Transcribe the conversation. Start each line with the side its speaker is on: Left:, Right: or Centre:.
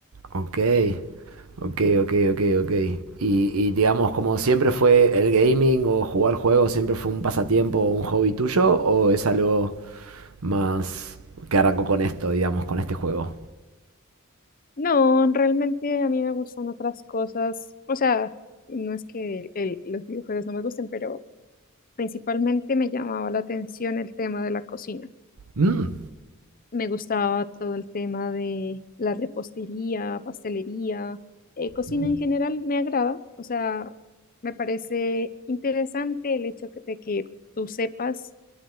Right: Ok, ok, ok, ok, ok. Y, y digamos, como siempre fue el gaming o jugar juegos, siempre fue un pasatiempo o un hobby tuyo, o es algo más que arrancó con esto, digamos, con este juego.
Left: No, realmente a mí me gustan otras cosas. O sea, no es que el- los videojuegos no me gusten, pero principalmente me llamaba la atención el tema de la cocina.
Right: Mm,
Left: Me gustaba todo el tema de la repostería, pastelería, eh, cocina
Right: mm,
Left: en general me agrada. O sea, me parece interesante el hecho que- de que tú sepas,